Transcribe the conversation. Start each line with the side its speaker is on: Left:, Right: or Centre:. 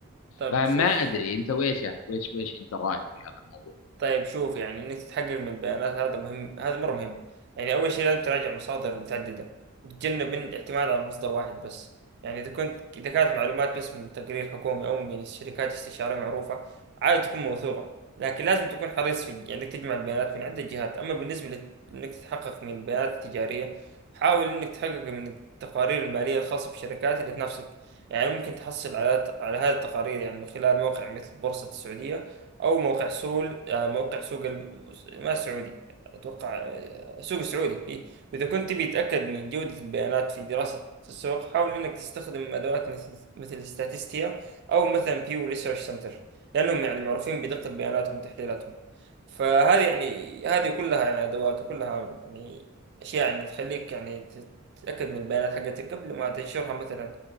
Right: طب
Left: فما
Right: شوف
Left: ادري انت ويش يعني ويش ويش انت رايك في هذا الموضوع
Right: طيب شوف يعني انك تتحقق من البيانات هذا مهم هذا مره مهم يعني اول شيء لازم تراجع مصادر متعدده وتتجنب الاعتماد على مصدر واحد بس يعني اذا كنت اذا كانت معلومات بس من تقرير حكومي او من شركات استشاريه معروفه عادة تكون موثوقه لكن لازم تكون حريص في يعني انك تجمع البيانات من عده جهات اما بالنسبه لت- انك تتحقق من البيانات التجاريه حاول انك تحقق من التقارير الماليه الخاصه بالشركات اللي تنافسك يعني ممكن تحصل على على هذه التقارير يعني من خلال موقع مثل بورصه السعوديه او موقع سول آه، موقع سوق الم- ما السعودي اتوقع آه، سوق السعودي إيه. واذا كنت تبي تتاكد من جوده البيانات في دراسه السوق حاول انك تستخدم ادوات مثل مثل ستاتستيا او مثلا بيو ريسيرش سنتر لانهم يعني معروفين بدقه بياناتهم وتحليلاتهم فهذه يعني هذه كلها يعني ادوات وكلها يعني اشياء يعني تخليك يعني تت- تتاكد من البيانات حقتك قبل ما تنشرها مثلا